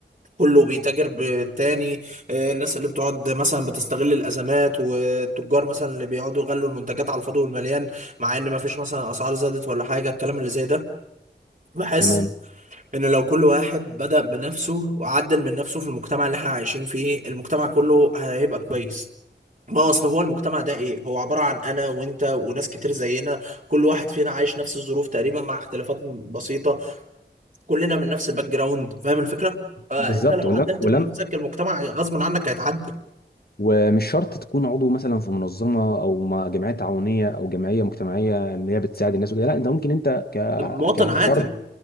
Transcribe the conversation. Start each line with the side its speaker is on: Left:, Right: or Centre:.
Right: كله بيتاجر بالتاني آه، الناس اللي بتقعد مثلا بتستغل الازمات والتجار مثلا اللي بيقعدوا يغلوا المنتجات على الفاضي والمليان مع ان ما فيش مثلا اسعار زادت ولا حاجه الكلام اللي زي ده بحس
Left: تمام
Right: ان لو كل واحد بدأ بنفسه وعدل من نفسه في المجتمع اللي احنا عايشين فيه المجتمع كله هيبقى كويس ما هو اصل هو المجتمع ده ايه هو عبارة عن انا وانت وناس كتير زينا كل واحد فينا عايش نفس الظروف تقريبا مع اختلافات بسيطة كلنا من نفس الباك جراوند فاهم الفكره فانت
Left: بالظبط
Right: لو عدلت
Left: ولما
Right: من نفسك المجتمع غصب عنك هيتعدل
Left: ومش شرط تكون عضو مثلا في منظمه او ما- جمعيه تعاونيه او جمعيه مجتمعيه ان هي بتساعد الناس وكده لا انت ممكن انت ك...
Right: مواطن
Left: كفرد
Right: عادي